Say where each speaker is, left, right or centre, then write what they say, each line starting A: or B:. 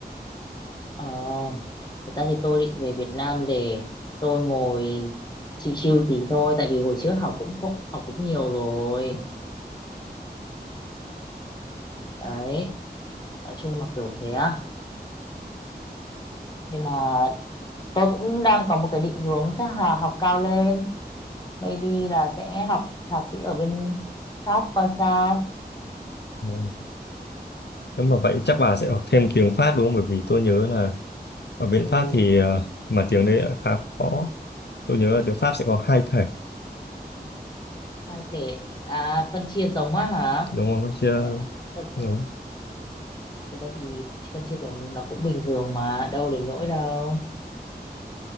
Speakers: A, on the left; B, on the left.
A: ờ, thật ra thì tôi định về Việt Nam để tôi ngồi chill chill tí thôi tại vì hồi trước học cũng học cũng nhiều rồi đấy nói chung là kiểu thế á nhưng mà tôi cũng đang có một cái định hướng chắc là học cao lên maybe là sẽ học thạc sĩ ở bên Pháp coi sao
B: Ừ. Nếu mà vậy chắc bà sẽ học thêm tiếng Pháp đúng không? Bởi vì tôi nhớ là ở bên
A: ừ
B: Pháp thì ờ, mà tiếng đấy lại khá khó. Tôi nhớ là tiếng Pháp sẽ có hai thể
A: hai thể à phân chia giống á hả
B: đúng không? Chưa
A: ờ, phân, phân,
B: giống.
A: thực ra thì phân chia giống nó cũng bình thường mà đâu đến nỗi đâu